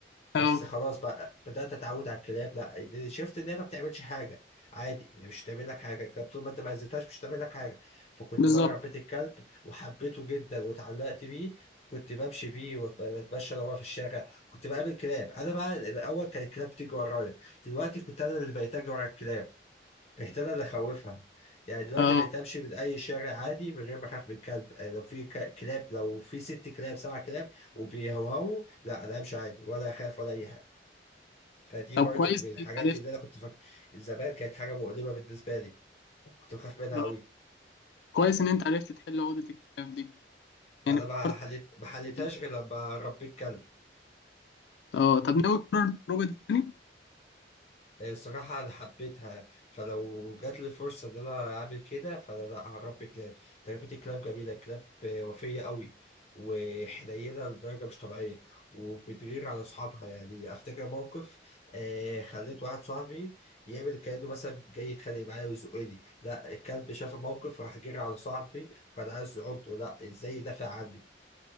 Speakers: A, on the left (about 35°); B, on the left (about 70°).
A: بس
B: اه
A: خلاص بقى بدات اتعود على الكلاب لا يعني شفت ان هي ما بتعملش حاجه عادي يعني مش تعمل لك حاجه الكلاب طول ما انت ما اذيتهاش مش تعمل لك حاجه فكنت
B: بالظبط
A: بقى ربيت الكلب وحبيته جدا واتعلقت بيه كنت بمشي بيه واتمشى لو هو في الشارع كنت بقابل كلاب انا بقى الاول كان الكلاب بتيجي ورايا دلوقتي كنت انا اللي بقيت اجري ورا الكلاب بهتان اللي خوفها يعني دلوقتي
B: اه
A: بقيت امشي من اي شارع عادي من غير ما اخاف من كلب آه، لو في ك- كلاب لو في ست كلاب سبع كلاب وبيهوهوا لا انا همشي عادي ولا اخاف ولا اي حاجه فدي
B: طب
A: برضو
B: كويس
A: من
B: ان
A: الحاجات
B: انت عرفت
A: اللي انا كنت فاكر زمان كانت حاجه مؤلمه بالنسبه لي كنت بخاف منها
B: اه
A: قوي
B: كويس ان انت عرفت تحل عقده الكتاب دي
A: فانا
B: يعني
A: ما
B: فكرت
A: حليت ما حليتهاش
B: انت
A: غير لما ربيت كلب
B: اه طب ناوي تكرر التجربه دي تاني
A: آه، الصراحة أنا حبيتها فلو جات لي فرصة إن أنا أعمل كده فأنا لأ هربي كلاب تربية الكلاب جميلة الكلاب وفية قوي وحنينة لدرجة مش طبيعية وبتغير على أصحابها يعني أفتكر موقف آه خليت واحد صاحبي يعمل كأنه مثلا جاي يتخانق معايا ويزقني لأ الكلب شاف الموقف راح جري على صاحبي وأنا عايز أعضه لأ إزاي يدافع عني